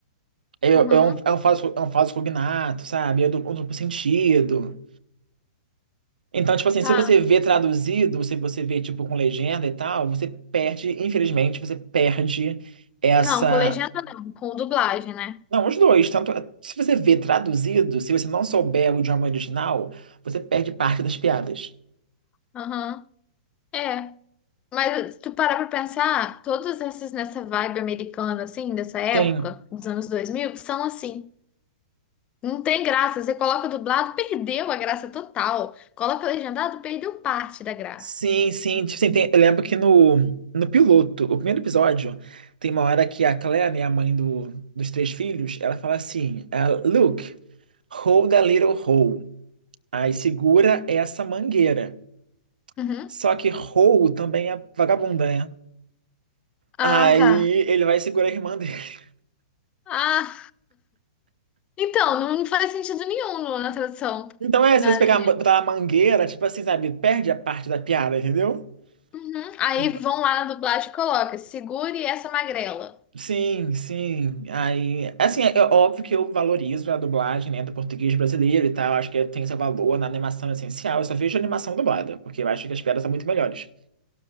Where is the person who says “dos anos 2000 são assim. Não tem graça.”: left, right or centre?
Left